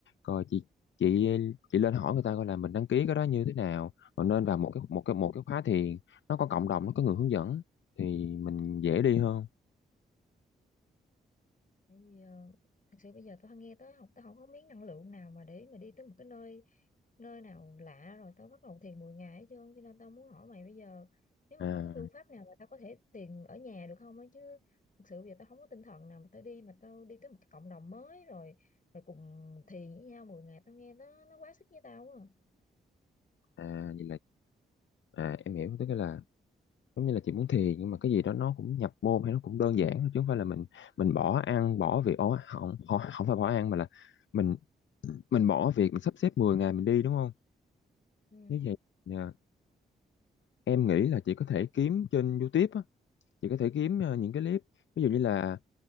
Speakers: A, on the left (about 65°); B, on the left (about 40°).
A: rồi chị chị chị lên hỏi người ta coi là mình đăng ký cái đó như thế nào rồi nên vào một cái một cái một cái khóa thiền nó có cộng đồng nó có người hướng dẫn thì mình dễ đi hơn
B: tại vì ờ, thật sự bây giờ tao nghe tới học tao không có miếng năng lượng nào mà để mà đi tới một cái nơi nơi nào lạ rồi tao bắt đầu thiền 10 ngày hết trơn cho nên tao muốn hỏi mày bây giờ nếu
A: à
B: mà có cái phương pháp nào mà tao có thể thiền ở nhà được không á chứ thực sự bây giờ tao không có tinh thần nào mà tao đi mà tao đi tới một cái cộng đồng mới rồi rồi cùng thiền với nhau mười ngày tao nghe nó nó quá sức với tao quá à.
A: à vậy là à em hiểu tức là giống như là chị muốn thiền nhưng mà cái gì đó nó cũng nhập môn hay nó cũng đơn giản thôi, chứ không phải là mình mình bỏ ăn bỏ việc ố không không không phải bỏ ăn mà là mình mình bỏ việc mình sắp xếp 10 ngày mình đi đúng không
B: ừ.
A: nếu vậy dạ, em nghĩ là chị có thể kiếm trên YouTube á chị có thể kiếm ờ, những cái clip ví dụ như là